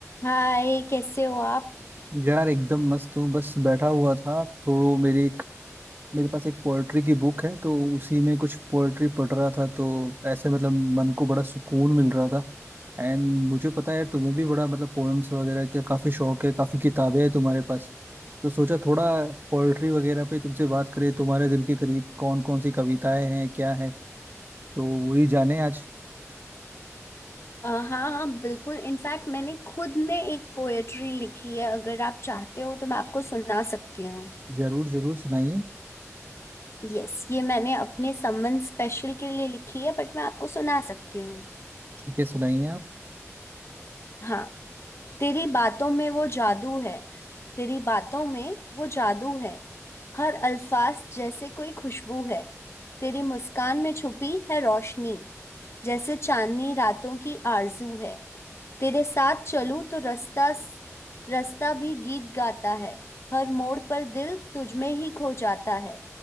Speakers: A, on the left (about 55°); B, on the right (about 40°).
A: हाय कैसे हो आप
B: यार एकदम मस्त हूँ बस बैठा हुआ था तो मेरी एक मेरे पास एक पोएट्री की बुक है तो उसी में कुछ पोएट्री पढ़ रहा था तो ऐसे मतलब मन को बड़ा सुकून मिल रहा था एंड मुझे पता है यार तुम्हें भी बड़ा मतलब पोएम्स वगैरह का काफी शौक है काफी किताबें हैं तुम्हारे पास तो सोचा थोड़ा पोएट्री वगैरह पे तुमसे बात करें तुम्हारे दिल के करीब कौन कौन सी कविताएं हैं क्या है तो वही जाने आज
A: अ, हाँ हाँ बिल्कुल इनफैक्ट मैंने खुद ने एक पोएट्री लिखी है अगर आप चाहते हो तो मैं आपको सुना सकती हूँ
B: जरूर जरूर सुनाइए
A: यस ये मैंने अपने समवन स्पेशल के लिए लिखी है बट मैं आपको सुना सकती हूँ
B: ठीक है सुनाइए आप
A: हाँ तेरी बातों में वो जादू है तेरी बातों में वो जादू है हर अल्फाज जैसे कोई खुशबू है तेरी मुस्कान में छुपी है रोशनी जैसे चांदनी रातों की आरजू है तेरे साथ चलूं तो रास्ता रास्ता भी गीत गाता है हर मोड़ पर दिल तुझ में ही खो जाता है